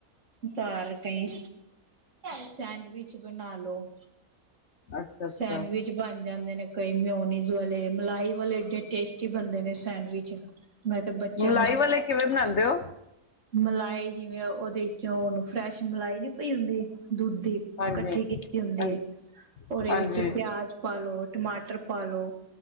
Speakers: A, on the right; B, on the left.
A: ਪਰ ਕਈ ਸੈਂਡਵਿਚ ਬਣਾਲਓ।
B: ਅੱਛਾ ਅੱਛਾ
A: ਸੈਂਡਵਿਚ ਬਣ ਜਾਂਦੇ ਨੇ, ਕਈ ਮਿਉਨੀਜ਼ ਵਾਲੇ ਮਲਾਈ ਵੱਲ ਏਡੇ ਟੇਸਟੀ ਬੰਦੇ ਨੇ। ਸੈਂਡਵਿਚ, ਮੈਂ ਤਾਂ ਬੱਚਿਆਂ
B: ਮਲਾਈ
A: ਨੂੰ
B: ਵਾਲੇ ਕਿਵੇਂ ਬਣਾਉਂਦੇ ਹੋ
A: ਮਲਾਈ ਜਿਵੇਂ, ਉਹਦੇ ਚੋਂ ਉਹਨੂੰ ਫਰੈਸ਼ ਮਲਾਈ ਨੀ ਪਈ ਹੁੰਦੀ, ਦੁੱਧ ਦੀ ਇਕੱਠੀ
B: ਹਾਂਜੀ
A: ਕੀਤੀ ਹੁੰਦੀ
B: ਹਾਂਜੀ
A: ਹੈ, ਉਹਦੇ
B: ਹਾਂਜੀ
A: ਵਿੱਚ ਪਿਆਜ ਪਾਾਲੋ, ਟਮਾਟਰ ਪਾਾਲੋ।